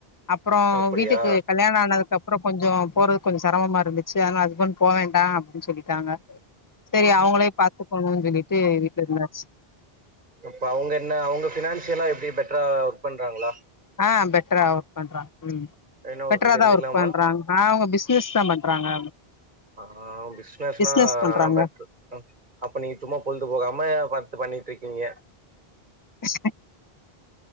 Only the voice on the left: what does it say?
அப்புறோ
வீட்டுக்கு கல்யாண ஆனதுக்கு அப்புறோ கொஞ்சோ போறது கொஞ்சோ செரமமா இருந்துச்சு ஆனா ஹஸ்பண்ட் போ வேண்டா அப்டின்னு சொல்லிட்டாங்க. செரி
அவங்களேயும் பாத்துக்கோணும்னு சொல்லிட்டு வீட்ல இருந்தாச்சு.
ஆஹ் பெட்ரா ஒர்க் பண்றாங் ம்
பெட்டரா
தான் ஒர்க் பண்றாங் அஹ் அவ்ங்க பிசினஸ் தான் பண்றாங்க.
பிசினஸ் பண்றாங்க
<inaudible>